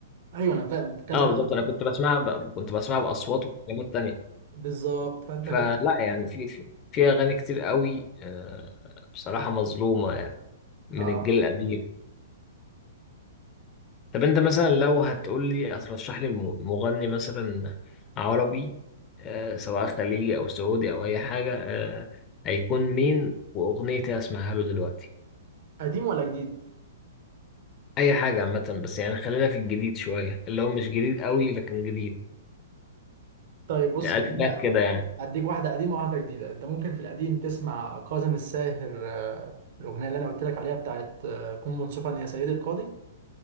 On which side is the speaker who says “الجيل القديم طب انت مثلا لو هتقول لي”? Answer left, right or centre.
Left